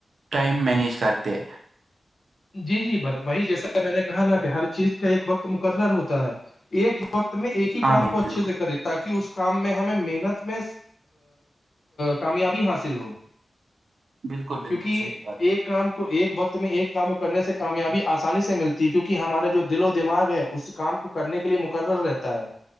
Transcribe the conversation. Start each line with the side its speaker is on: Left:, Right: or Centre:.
Right: ٹائم مینیج کرتے
Left: جی جی ب وہی جیسا میں نے کہا نا کہ ہر چیز کا ایک وقت مقرر ہوتا ہے ایک وقت میں ایک ہی کام
Right: ہاں بھائی
Left: کو اچھے
Right: بالکل
Left: سے کرے تاکہ اس کام میں ہمیں محنت میں کامیابی حاصل ہو
Right: بالکل
Left: کیونکہ
Right: بالکل صحیح بات
Left: ایک کام کو ایک وقت میں ایک کام کرنے سے کامیابی آسانی سے ملتی ہے کیونکہ ہمارا جو دل و دماغ ہے اس کام کو کرنے کے لیے مقرر رہتا ہے